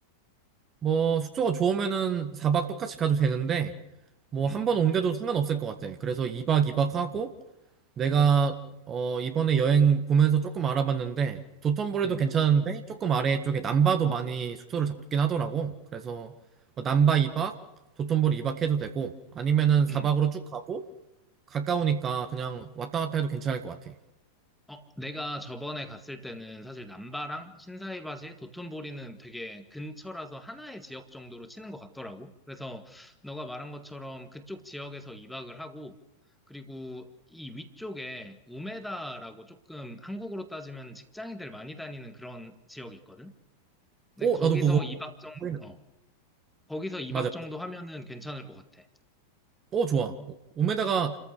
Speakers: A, on the right; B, in the centre.
A: 뭐 숙소가 좋으면은 4박 똑같이 가도 되는데 뭐
B: 응,
A: 한 번 옮겨도 상관없을 것 같아. 그래서 2박 2박 하고 내가 어, 이번에 여행 보면서 조금 알아봤는데 도톤보리도
B: 응,
A: 괜찮은데 조금 아래쪽에 남바도 많이 숙소를 잡긴 하더라고. 그래서 뭐 남바 2박, 도톤보리 2박 해도 되고 아니면은 4박으로
B: 응.
A: 쭉 가고 가까우니까 그냥 왔다 갔다 해도 괜찮을 것 같아.
B: 어, 내가 저번에 갔을 때는 사실 남바랑 신사이바시, 도톤보리는 되게 근처라서 하나의 지역 정도로 치는 것 같더라고. 그래서 너가 말한 것처럼 그쪽 지역에서 2박을 하고, 그리고 이 위쪽에 우메다라고 조금 한국으로 따지면 직장인들 많이 다니는 그런 지역이 있거든? 근데
A: 오,
B: 거기서
A: 나도 그거
B: 이박 정,
A: 확인해.
B: 어, 거기서 2박
A: 맞아.
B: 정도 하면은 괜찮을 것 같아.
A: 오, 좋아. 오- 오메다가